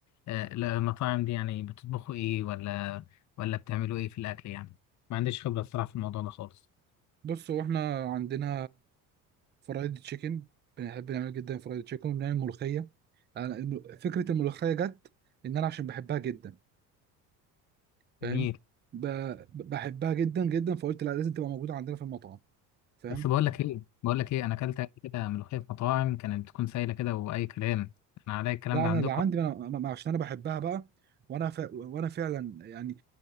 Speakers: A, on the left; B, on the right.
A: آه، المطاعم دي يعني بتطبخوا ايه ولا ولا بتعملوا ايه في الاكل يعني ما عنديش خبرة الصراحة في الموضوع ده خالص
B: بص هو احنا عندنا فرايد تشيكن بنحب نعمل جدا فرايد تشيكن وبنعمل ملوخيه انا الم- فكره الملوخيه جت ان انا عشان بحبها جدا فاهم
A: جميل
B: ب... بحبها جدا جدا فقلت لا لازم تبقى موجوده عندنا في المطعم فاهم
A: بس بقول لك ايه بقول لك ايه انا اكلت قبل كده ملوخيه في مطاعم كانت بتكون سايله كده واي كلام انا عليا الكلام
B: لا
A: ده
B: انا
A: عندكم
B: اللي عندي انا ما- ما- عشان انا بحبها بقى وانا ف... وانا فعلا يعني